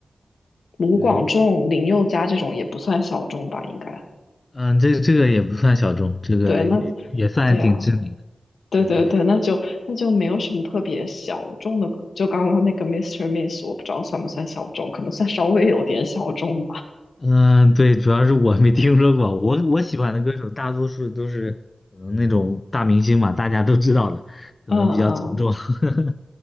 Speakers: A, on the left; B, on the left.
A: 卢广仲、
B: 对，
A: 林宥嘉这种也不算小众吧，应该。
B: 嗯，这这个也不算小众，这个也也算挺知名的。
A: 对，那对啊，对对对，
B: 对，
A: 那就那就没有什么特别小众的歌就刚刚那个 Mr. i s t e Miss，我不知道算不算小众，可能算稍微有点小众吧。
B: 嗯，对，主要是我没听说过，我我喜欢的歌手大多数都是可能那种大明星嘛，大家都知道的，可能比较从众。
A: 嗯嗯，
B: <laughs>